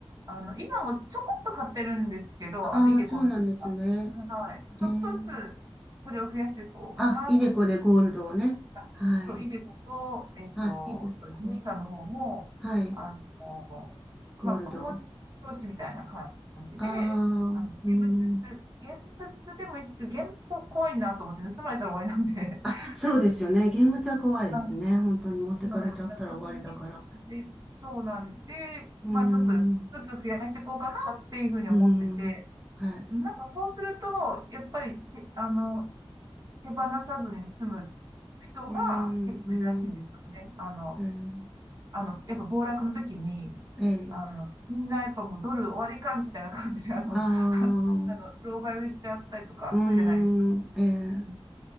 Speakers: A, on the right; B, in the centre.
A: あの、今もちょこっと買ってるんですけど、
B: ああ、
A: あの、イデコンとか。
B: そうなんですね。
A: はい。ちょっとずつ、
B: ええ。
A: それを増やしていこうかなと
B: あ、イデコでゴールドをね。
A: あそう、
B: はい。
A: イデコと、えっと、
B: はい。
A: そうですね、
B: イデコ。
A: さんの方も、
B: はい。
A: あの、
B: ゴールド。
A: まあ、小文字投資みたいな感じで、
B: ああ、
A: あの、現
B: うん。
A: 物、現物でもいいんですけど、現物こ怖いなと思ってね盗まれたら終わりなんで、
B: あ、
A: <laughs>
B: そうですよね。現物は怖いですね。
A: あ
B: 本当に持ってかれちゃったら終わりだから。
A: そうなんですねでそうなんで、
B: うーん、
A: まあ、ちょっとずつ増やしていこうかなっていうふうに思ってて、
B: うーん、はい。
A: なんかそうすると、やっぱりて、あの、手放さずに済む人が結構いるらしいんですよね。
B: うーん、う
A: あの、
B: ーん、
A: あの、やっぱ暴落の時に、
B: えー、えー、
A: あの、みんなやっぱもうドル終わりかみたいな感じで、あの、
B: あー、
A: <laughs> あの、狼狽売りしちゃったりとかするじゃないですか。
B: うーん、えー、
A: い